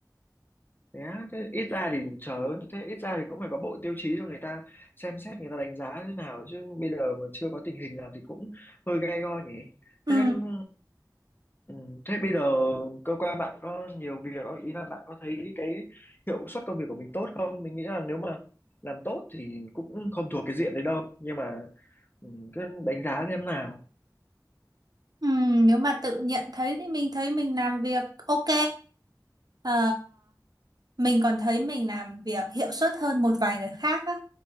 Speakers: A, on the left (about 30°); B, on the right (about 60°).
A: Thế á, thế ít ra thì chờ thế ít ra thì cũng phải có bộ tiêu chí cho người ta xem xét người ta đánh giá thế nào chứ bây giờ mà chưa có tình hình nào thì cũng hơi gay go nhỉ
B: ừ
A: thế em, ừ, thế bây giờ cơ quan bạn có nhiều việc không? ý là bạn có thấy cái hiệu suất công việc của mình tốt không mình nghĩ là nếu mà làm tốt thì cũng không thuộc cái diện đấy đâu nhưng mà ừ, cứ đánh giá xem nào
B: Ừ, nếu mà tự nhận thấy thì mình thấy mình làm việc ok. Ờ, mình còn thấy mình làm việc hiệu suất hơn một vài người khác á.